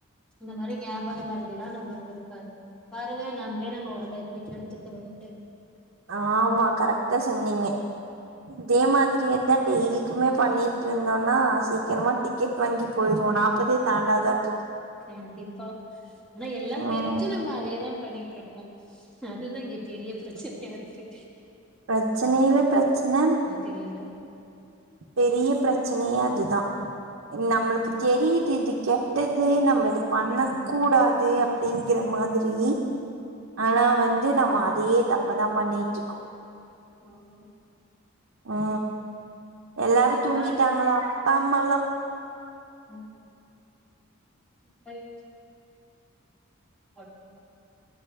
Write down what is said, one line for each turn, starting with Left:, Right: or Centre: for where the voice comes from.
Centre: இந்த மாரி ஞாபக மாருதியெல்லா நம்பளுக்கு இருக்காது பாருங்க நம்மளே நம்ம ஒடம்ப எப்டி எடுத்துக்கிறோம்ட்டு
Right: ஆமா கரக்ட்டா சொன்னீங்க இதே மாதிரியதா டெய்லிக்குமே பண்ணி ட்ருந்தோன்னா சீக்கிரமா டிக்கெட் வாங்கி போயிருவோ நாப்பதே தாண்டாதாட்ருக்கு
Centre: கண்டிப்பா ஆனா எல்லா
Right: ம்
Centre: தெரிஞ்சு நம்ம அதேதா பண்ணிட்டு இருக்கோ அதுதா இங்க பெரிய பிரச்சன யாருக்கு
Right: பிரச்சனயில்ல பிரச்சன
Centre: தெரில
Right: பெரிய பிரச்சனையே அதுதா
Centre: ம்
Right: நம்மளுக்கு தெரியிது இது கெட்டது நம் ம் அது பண்ணக்கூடாது
Centre: ம்
Right: அப் அப்டிங்கிற மாதிரி ஆனா வந்து நம்ம அதையே தப்பதா பண்ணிட்டுருக்கோ
Centre: ஆமா
Right: ஆ எல்லாரு தூங்கிட்டாங்களா
Centre: காலை
Right: தம்மல்லா
Centre: ம் <inaudible> அ